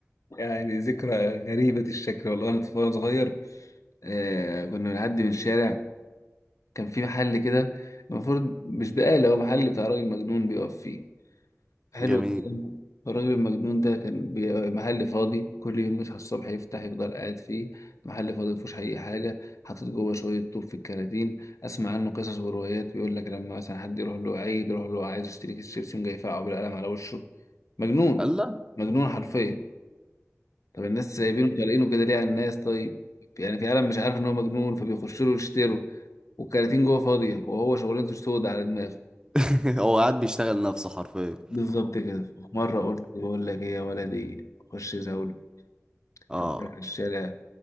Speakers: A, on the left; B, on the right.
A: يعني ذكرى غريبة الشكل والله انا طفل وأنا صغير آه كنا بنعدي من الشارع كان في محل كده المفروض مش بقالة هو محل بتاع راجل مجنون بيقف فيه حلو
B: جميل
A: الكلام. الراجل المجنون ده كان بي- محل فاضي كل يوم يصحى الصبح يفتح يفضل قاعد فيه محل فاضي مفيهوش أي حاجة حاطط جوه شوية طوب في الكراتين أسمع عنه قصص وروايات بيقول لك لما مثلا حد يروح له عيد يروح له عايز يشتري كيس شيبسي يقوم جاي يفقعه بالقلم على وشه مجنون
B: الله
A: مجنون حرفيا طب الناس سايبينه طالقينه كده ليه على الناس طيب يعني في عالم مش عارف إن هو مجنون فبيخش له يشتروا والكراتين جوه فاضية وهو شغلانته سود على دماغه
B: <laughs> هو قاعد بيشتغل نفسه حرفيا
A: بالظبط كده في مرة قلت <laughs> بقول لك ايه يا ولدي خش زول
B: اه
A: فجأة في الشارع